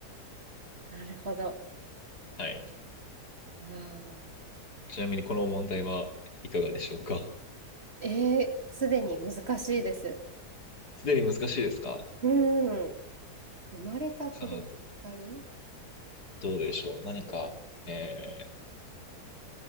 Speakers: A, on the right; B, on the left.
A: なるほど。
B: はい。
A: うん
B: ちなみにこの問題はいかがでしょうか
A: えーすでに難しいです。
B: すでに難しいですか
A: うん。生まれた子供二人、
B: さあ、どどうでしょう。何か、え